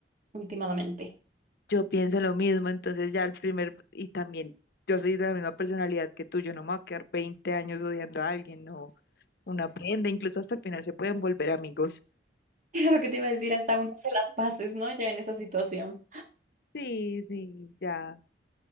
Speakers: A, on the right; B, on the left.
A: últimamente. <laughs>
B: yo pienso lo mismo, entonces ya el primer, y también yo soy de la misma personalidad que tú, yo no me voy a quedar 20 años odiando a alguien, no, uno aprende, incluso hasta el final se pueden volver amigos.
A: Era lo que te iba a decir, hasta uno se las paces, ¿no? Ya en esa situación.
B: Sí, sí, ya.